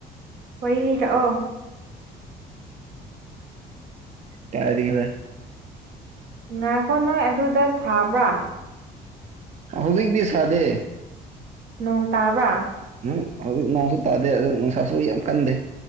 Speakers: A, on the right (about 80°); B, on the right (about 45°).
A: ꯋꯥꯔꯤ ꯂꯤꯔꯛꯑꯣ
B: ꯀꯔꯤꯔ
A: ꯉꯥꯏꯈꯣ ꯅꯣꯏ ꯑꯗꯨꯗ ꯁꯥꯕ꯭ꯔꯥ
B: ꯍꯧꯖꯤꯛꯗꯤ ꯁꯥꯗꯦ
A: ꯅꯣꯡ ꯇꯥꯕ꯭ꯔꯥ
B: ꯅꯨ ꯍꯧꯖꯤꯛ ꯅꯣꯡꯁꯨ ꯇꯥꯗꯦ ꯑꯗꯨ ꯅꯨꯡꯁꯥꯁꯨ ꯌꯥꯝ ꯀꯟꯗꯦ